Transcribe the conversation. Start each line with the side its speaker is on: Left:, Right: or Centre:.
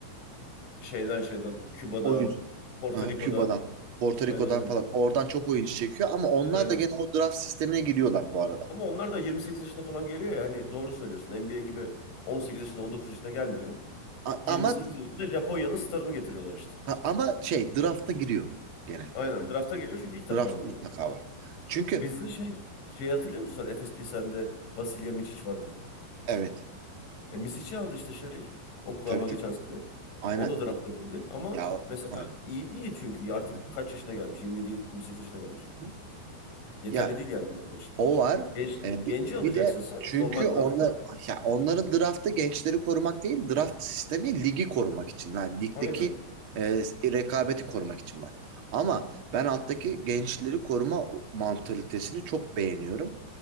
Left: Şeyden şeyden. Küba'dan.
Right: oyuncu.
Left: Porto
Right: Aha,
Left: Rico'dan.
Right: Küba'dan, Porto Rico'dan
Left: Aynen aynen.
Right: falan. Oradan çok oyuncu çekiyor ama onlar
Left: Aynen.
Right: da gene o draft sistemine giriyorlar bu arada.
Left: Ama onlar da 28 yaşında falan geliyor ya. Hani doğru söylüyorsun. NBA gibi 18 yaşında 19 yaşında gelmiyor.
Right: A-
Left: 28
Right: ama
Left: yaşında Japonya'nın starını getiriyorlar işte.
Right: ha, ama şey drafta giriyor gene.
Left: Aynen drafta geliyor çünkü ilk defa
Right: Draft
Left: oynuyor.
Right: mutlaka var. Çünkü
Left: E bizde şey şey hatırlıyor musun sen Efes Pilsen'de Vasilya Micic vardı.
Right: evet.
Left: E Misic'i aldı işte şey Oklahoma
Right: Tabii tabii.
Left: geçen sene.
Right: Aynen.
Left: O da drafta girdi ama
Right: Ya
Left: mesela
Right: aynen.
Left: iyi değil çünkü artık
Right: Hı
Left: kaç yaşına gelmiş? Yirmi yedi yirmi sekiz yaşına gelmiş.
Right: hı.
Left: Yeterli
Right: Ya
Left: değil yani Amerika için.
Right: O var.
Left: Genç,
Right: E,
Left: genci
Right: bi- bir,
Left: alacaksın
Right: de
Left: sen
Right: çünkü
Left: normal
Right: onlar
Left: draftla.
Right: ya onların draftı gençleri korumak değil, draft sistemi ligi korumak için. Yani ligdeki
Left: Aynen.
Right: e, rekabeti korumak için var. Ama ben alttaki gençleri koruma mantalitesini çok beğeniyorum.